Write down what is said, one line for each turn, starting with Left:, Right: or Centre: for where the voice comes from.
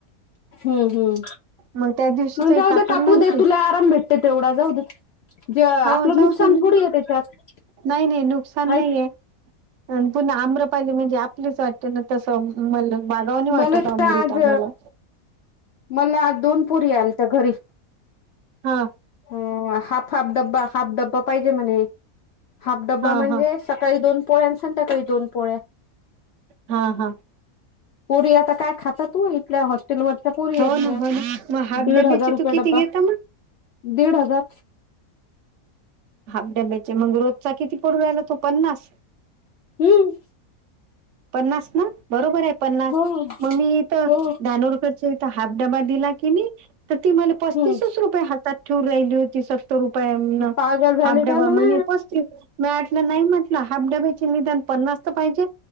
Left: हम्म हम्म.
Right: मग त्या दिवशीच
Left: मंग जाऊ
Right: कापील
Left: दे, कापू
Right: नव्हती
Left: दे तुला. काम भेटते तेवढा जाऊ दे. जे आपलं
Right: हो जाऊते
Left: नुकसान
Right: <unintelligible> ना
Left: थोडी आहे त्याच्यात
Right: नाही नाही नुकसान
Left: हाय
Right: नाहीे. आणि पुन्हा आम्रपाली म्हणजे, आपलीच वाटते ना. तसं मल मागाव नाही, वाटत
Left: मला
Right: अमृता
Left: तर आज
Right: मला.
Left: मला आज दोन पोरी आलत्या घरी.
Right: हां.
Left: हो हाफ हाफ ड्बा हाफ डब्बा पाहिजे म्हणे. हाफ डब्बा
Right: हा
Left: म्हणजे
Right: हा
Left: सकाळी दोन पोळे आणि संध्याकाळी दोन पोळ्या.
Right: हा हा. ‌
Left: पुरी आता काय खात. आता तू इथल्या हॉस्टेल वरच्या पूरी
Right: हो
Left: ये त्या,
Right: ना हो ना मग हाफ
Left: दीड
Right: डब्याचे
Left: हजार रुपये
Right: तू किती
Left: डब्बा.
Right: घेता मग
Left: दीड हजार
Right: हाफ डब्याचे मग, रोजचा किती पडू राहिला तो पन्नास.
Left: हम्म.
Right: पन्नास ना बरोबर आहे पन्नास
Left: हो
Right: मंग मी ईथ दहा
Left: हो
Right: नवू रुपयात तिच्या इथं हाफ डबा दिला की, मी तर ती मला पस्तीसच
Left: हम्म
Right: रुपये हातात ठेवून राहिली होती. तो रुपयान,
Left: पागल झाली
Right: हाफ डब्बा
Left: का म्हणा
Right: म्हणे पस्ती मी आठ नाही म्हटलं हाफ डब्याचे निदान पन्नासत पाहिजे.